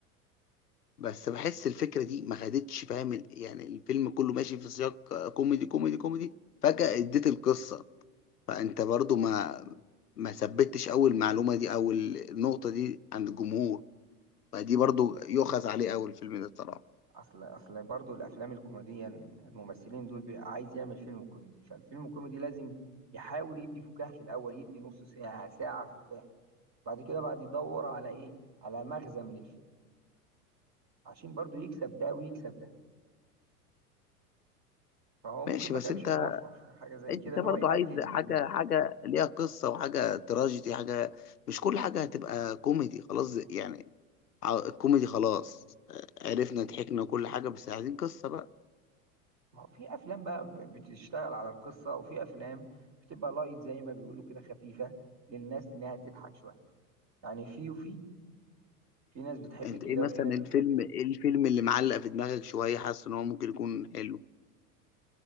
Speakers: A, on the left (about 80°); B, on the right (about 35°).
A: بس بحس الفكره دي ما خدتش فاهم ال- يعني الفيلم كله ماشي في سياق كوميدي كوميدي كوميدي فجاه اديت القصه فانت برضه ما ما ثبتش اول معلومه دي او النقطه دي عند الجمهور فدي برضه يؤخذ عليه اول الفيلم ده الصراحه
B: اصل اصل برضو الافلام الكوميديه الممثلين دول بي- عايز يعمل فيلم كوميدي فالفيلم الكوميدي لازم يحاول يدي فكاهه في الاول يدي نص ساعه ساعه فكاهه بعد كده بعد يدور على ايه على مغزى من الفيلم عشان برضو يكسب ده ويكسب ده فهو ممكن
A: ماشي
B: ما
A: بس
B: كانش
A: انت
B: موفق في حاجه زي
A: انت
B: كده ان
A: برضه
B: هو يقلل
A: عايز
B: الكميه
A: حاجه
B: دي
A: حاجه ليها قصه وحاجه تراجيدي حاجه مش كل حاجه هتبقى كوميدي خلاص يعني ع- الكوميدي خلاص عرفنا ضحكنا وكل حاجة بس عايزين قصة بقى
B: ما هو في افلام بقى ب- بتشتغل على القصه وفي افلام بتبقى لايت زي ما بيقولوا كده خفيفه للناس انها تضحك شويه يعني في وفي في ناس بتحب
A: انت
B: كده
A: ايه مثلا
B: وفي ناس
A: الفيلم
B: بتحب كده
A: ايه الفيلم اللي معلق في دماغك شوية حاسس ان هو ممكن يكون حلو